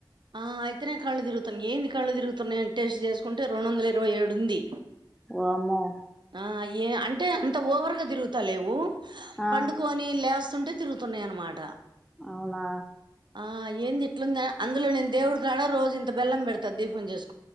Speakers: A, on the right; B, in the centre.
A: ఆ అయితేనే కళ్ళ తిరుగుతున్నా ఏంది కళ్ళ తిరుగుతున్నాయని టెస్ట్ చేసుకుంటే రెండు వందల ఇరవై ఏడు ఉంది
B: వామ్మో
A: ఆ ఏ అంటే అంత ఓవర్గా తిరుగుతా లేవు
B: ఆ
A: పండుకొని లేస్తుంటే తిరుగుతున్నాయి అన్నమాట
B: అవునా
A: ఆ ఏంది ఇట్లుంది అందులో నేను దేవుడు కాడ రోజు ఇంత బెల్లం పెడతా దీపం చేసు